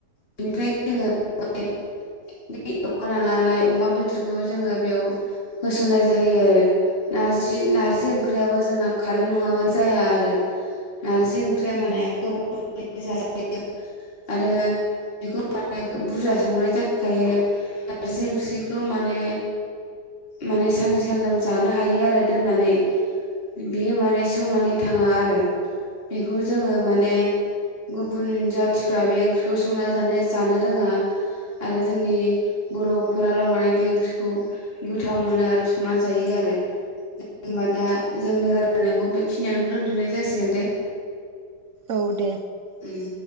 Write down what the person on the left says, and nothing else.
बेनिफ्राय जोङो बेगा लानाय अमा बेदरखौ <unintelligible> जोङो बेयाव होस'नाय जायो आरो नारजि नारजि ओंख्रियाबो जोंना खारै नङाबानो जाया आरो नारजि ओंख्रिया
माने गोबाव जाजायो आरो बेखौ माने बुरजा संनाय जाखायो नारजि ओंख्रिखौ माने माने साननै सानथाम जानो हायो आरो दोननानै बियो माने सेवनानै थाङा आरो बेखौ जोङो माने
गुबुन जाथिफ्रा बे ओंख्रिखौ संना जानो जानो रोङा आरो जोंनि बर'फोराल' माने बे ओंख्रि खौ गोथाव मोनो आरो संना जायो आरो जेनबा दा जोंनि रायलायनायखौ बेखिनियावनो दोनथ'नाय जासिगोन दे
उम